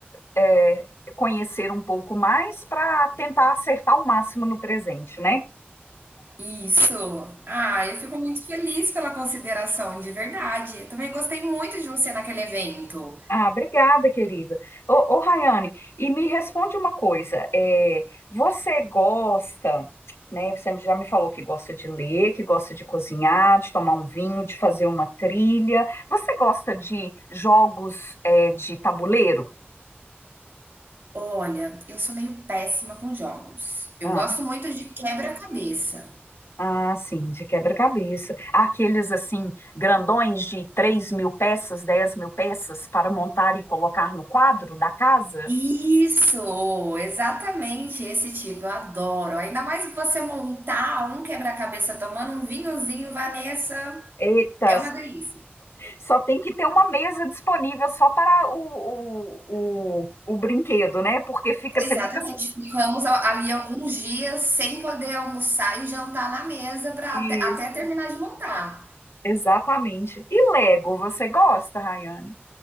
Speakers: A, on the left (about 85°); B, on the right (about 55°).
A: é, conhecer um pouco mais para tentar acertar o máximo no presente, né?
B: Isso. Ah, eu fico muito feliz pela consideração, de verdade. Eu também gostei muito de você naquele evento.
A: Ah, obrigada, querida. Ô, ô Rayane, e me responde uma coisa: é, você gosta, né? Você já me falou que gosta de ler, que gosta de cozinhar, de tomar um vinho, de fazer uma trilha. Você gosta de jogos, é, de tabuleiro?
B: Olha, eu sou meio péssima com jogos. Eu
A: Ah,
B: gosto muito de quebra-cabeça.
A: Ah, sim, de quebra-cabeça. Há Aqueles, assim, grandões de 3 mil peças, 10 mil peças para montar e colocar no quadro da casa?
B: Isso, exatamente esse tipo, eu adoro. Ainda mais você montar um quebra-cabeça tomando um vinhozinho, Vanessa,
A: Eita,
B: é uma delícia.
A: só tem que ter uma mesa disponível só para o, o, o, o brinquedo, né? Porque fica,
B: Exatamente,
A: você fica.
B: ficamos a- ali alguns dias sem poder almoçar e jantar na mesa para
A: Isso,
B: até, até terminar de montar.
A: exatamente. E Lego, você gosta, Rayane?